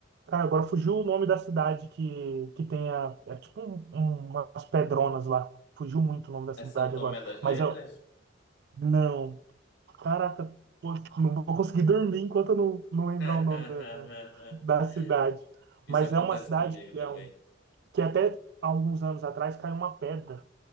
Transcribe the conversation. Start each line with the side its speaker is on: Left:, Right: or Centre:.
Right: Cara, agora fugiu o nome da cidade que, que tem a, é tipo um- um- umas pedronas lá. Fugiu muito o nome da cidade
Left: É São Tomé
Right: agora.
Left: das Letras?
Right: Mas eu, não, caraca, pô, não vou conseguir dormir enquanto eu não, não lembrar
Left: <laughs>
Right: o nome da, da cidade.
Left: Isso
Right: Mas
Left: acontece
Right: é uma cidade
Left: comigo
Right: que
Left: também.
Right: é um, que até alguns anos atrás caiu uma pedra.